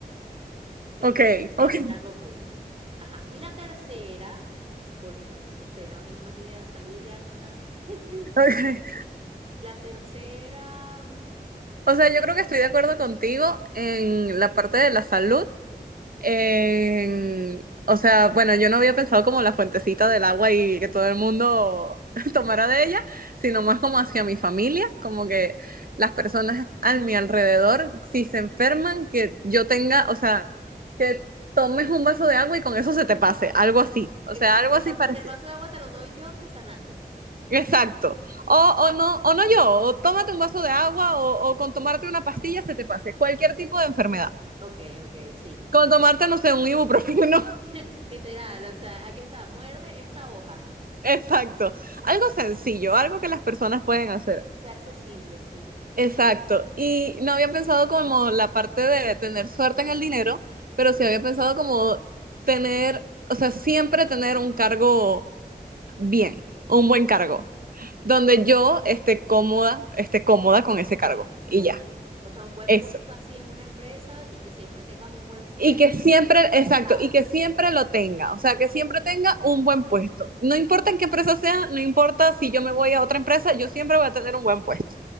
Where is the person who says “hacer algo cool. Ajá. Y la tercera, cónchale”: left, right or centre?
Right